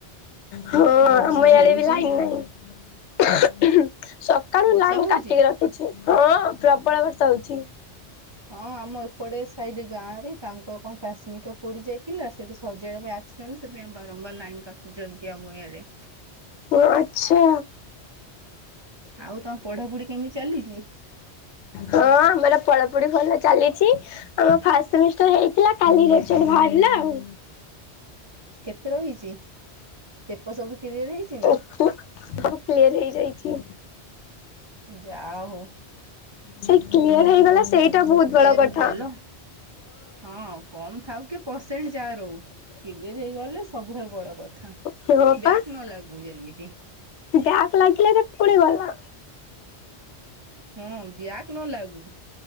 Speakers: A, on the left; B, on the right.
A: ହଁ
B: ବର୍ଷା
A: ଆମ ୟାଡେବି
B: ହଉଛି
A: ଲାଇନ ନାହିଁ। ଉଖୁ ଉହୁଁ ସକାଳୁ
B: ବର୍ଷା
A: ଲାଇନ
B: ହଉଛି
A: କାଟିକି ରଖିଛି ହଁ ପ୍ରବଳ ବର୍ଷା ହଉଛି।
B: ହଁ ଆମ ଏପଟେ ସାଇଡ ଗାଁ ରେ ତାଙ୍କ କଣ ଟ୍ରାନ୍ସମିଟର୍ ପୋଡି ଯାଇଥିଲା ସେଠି ସଜାଡ଼ିବା ପାଇଁ ଆସି କାରଣ ସେଥିପାଇଁ ବାରମ୍ବାର ଲାଇନ କାଟୁଛନ୍ତି ଆମ ଏଇଡେ।
A: ହଁ ଆଚ୍ଛା।
B: ଆଉ ତମ ପଢାପଢି କେମିତି ଚାଲିଛି?
A: ହଁ ଆମର ପଢ଼ାପଢ଼ି ଭଲ ଚାଲିଛି। ଆମ ଫାଷ୍ଟ ସେମିଷ୍ଟାର୍ ହେଇଥିଲା କାଲି ରେଜଲ୍ଟ ବାହାରିଲା ଆଉ।
B: କେତେ ରହିଛି? ପେପର ସବୁ କିଲିଅର ହେଇଛି? ନା?
A: ଓ ହୋ ସବୁ କ୍ଲିୟର ହେଇଯାଇଛି।
B: ଯାହାହୋଉ।
A: ସେ କ୍ଲିୟର
B: ଭଗବାନଙ୍କ
A: ହେଇଗଲା ସେଇଟା
B: ଠାରୁ ଭଲ
A: ବହୁତ ବଡ
B: ଏୟାରୁ
A: କଥା
B: ଭଲ ହଁ। କମ ଥାଉ କି ପରସେଣ୍ଟ ଯା ରହୁ କିଲିୟର ହେଇଗଲେ ସବୁଠାରୁ ବଡ କଥା।
A: ହଁ
B: ବ୍ୟାକ
A: ପା।
B: ନ ଲାଗୁ ଯେମିତି।
A: ବ୍ୟାକ୍ ଲାଗିଲେ ଯେ ପଡିଗଲା।
B: ହଁ ବ୍ୟାକ ନ ଲାଗୁ